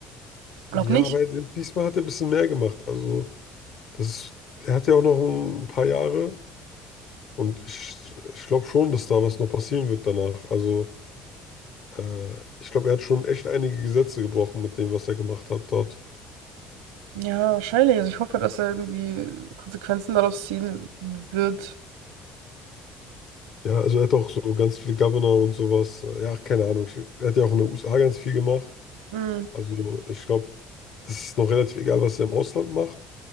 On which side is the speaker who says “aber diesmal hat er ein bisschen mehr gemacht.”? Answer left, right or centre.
Left